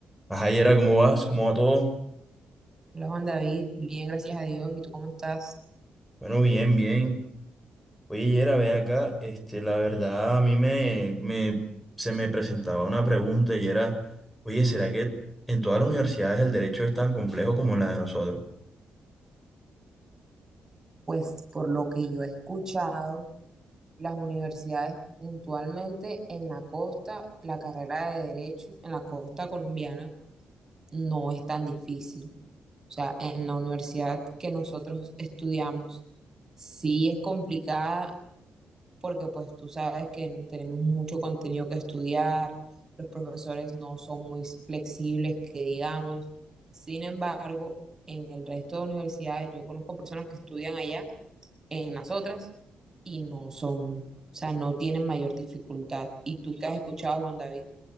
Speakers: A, in the centre; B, on the right (about 20°).
A: Ajá, Yera, ¿cómo vas? ¿Cómo va todo?
B: Hola Juan David, bien, gracias a Dios. ¿Y tú cómo estás?
A: Bueno, bien, bien. Oye, Yera, ven acá. Este, la verdad, a mí me, me, se me presentaba una pregunta y era, oye, ¿será que en todas las universidades el derecho es tan complejo como en la de nosotros?
B: Pues por lo que yo he escuchado, las universidades puntualmente en la costa, la carrera de derecho en la costa colombiana no es tan difícil. O sea, en la universidad que nosotros estudiamos, sí es complicada porque pues tú sabes que n- tenemos mucho contenido que estudiar, los profesores no son muy flexibles, que digamos. Sin embargo, en el resto de universidades yo conozco personas que estudian allá, en las otras, y no son, o sea, no tienen mayor dificultad. Y tú qué has escuchado, Juan David,